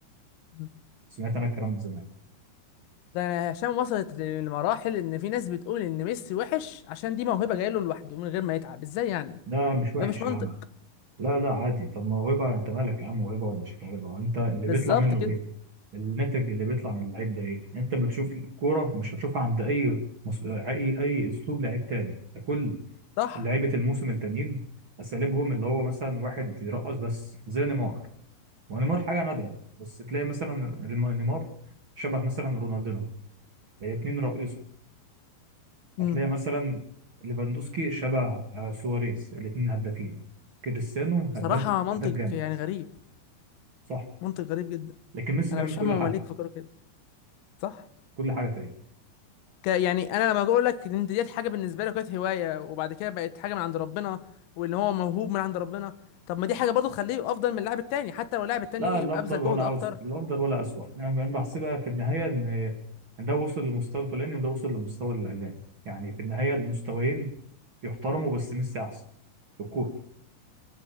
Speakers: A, on the left; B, on the right.
A: مم.
B: سمعت انا الكلام ده زمان
A: ده هشام وصلت لمراحل ان في ناس بتقول ان ميسي وحش عشان دي موهبه جايله لوحده من غير ما يتعب ازاي يعني
B: ده مش وحش
A: ده مش منطق
B: يا عم لا لا عادي طب موهبة انت مالك يا عم موهبة ولا مش موهبة وانت اللي
A: بالظبط
B: بيطلع منه
A: كده
B: ايه الناتج اللي بيطلع من اللعيب ده ايه يعني انت بتشوف الكورة مش هتشوفها عند اي مس... اي اي اسلوب لعيب تاني انت كل
A: صح
B: لعيبة الموسم التانيين اساليبهم اللي هو مثلا واحد يرقص بس زي نيمار ونيمار حاجة نادرة
A: مم.
B: بس تلاقي مثلا ريم- نيمار شبه مثلا رونالدينو الاتنين رئيسه
A: مم.
B: هتلاقي مثلا ليفاندوسكي شبه آه، سواريز الاتنين هدافين كريستيانو
A: بصراحه
B: هداف
A: منطق
B: هداف جامد
A: يعني غريب
B: صح
A: منطق غريب جدا
B: لكن ميسي
A: انا
B: بيعمل
A: مش فاهم
B: كل
A: هما
B: حاجه
A: ليه بيفكروا كده صح
B: كل حاجه تقريبا
A: ك يعني انا لما بقول لك ان انت ديت حاجه بالنسبه لك كانت هوايه وبعد كده بقت حاجه من عند ربنا وان هو موهوب من عند ربنا طب ما دي حاجه برضه تخليه افضل من اللاعب التاني حتى لو اللاعب التاني
B: لا الافضل
A: يبقى ابذل
B: ولا
A: جهد اكتر
B: اوسط الافضل ولا اسوأ انا ب- أنا بحسبها في النهايه ان ده وصل لمستوى الفلاني وده وصل لمستوى العلاني يعني في النهايه المستويين يحترموا بس ميسي احسن في الكوره